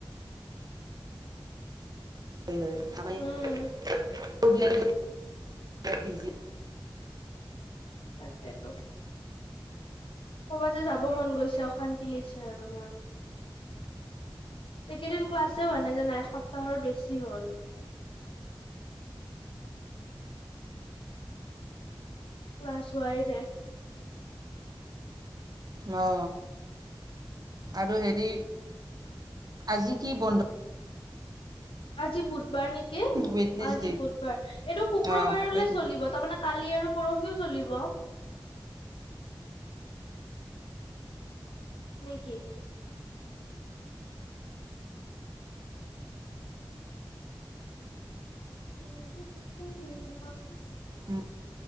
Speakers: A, on the right; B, on the left.
A: অ,
B: উম
A: <unintelligible> হব দে
B: তাকেটো। ক'ৰবাততে যাব মন গৈছে অশান্তি লৈছে আৰু মোৰ। একেদিন ক্লাছে হোৱা নে জানা এসপ্তাহৰ বেছি হ'ল। ক্লাছ হোৱাই নাই।
A: অ, আৰু হেৰি আজি কি বন্ধ?
B: আজি বুধবাৰ নেকি
A: ৱেডনেছডে
B: আজি বুধবাৰ এইটো শুক্ৰবাৰলৈ
A: অ ৱেড
B: চলিব তাৰমানে কালি আৰু পৰহিও চলিব। নেকি? <unintelligible>
A: হম,